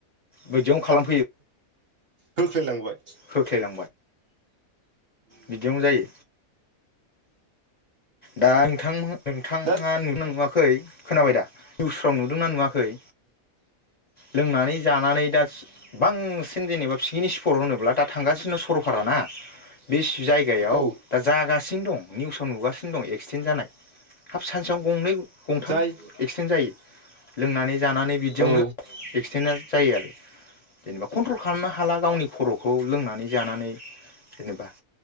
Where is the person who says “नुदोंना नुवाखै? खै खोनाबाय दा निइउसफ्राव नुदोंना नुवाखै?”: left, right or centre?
Left